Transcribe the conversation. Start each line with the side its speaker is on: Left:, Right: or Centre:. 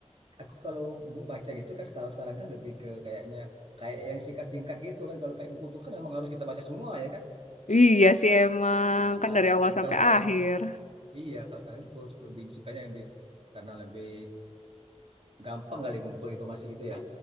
Right: aku kalau bu- baca gitu kan kalau sekarang kan lebih ke kayaknya kayak yang singkat-singkat gitu kan kalau kayak buku itu kan memang harus kita baca semua ya kan
Left: iya sih emang
Right: nah,
Left: kan
Right: kalau
Left: dari
Right: kayak
Left: awal
Right: kayak-
Left: sampai
Right: kalau sekarang
Left: akhir
Right: iya kalau sekarang aku lebih sukanya lebih karena lebih gampang kali ngumpul informasi gitu ya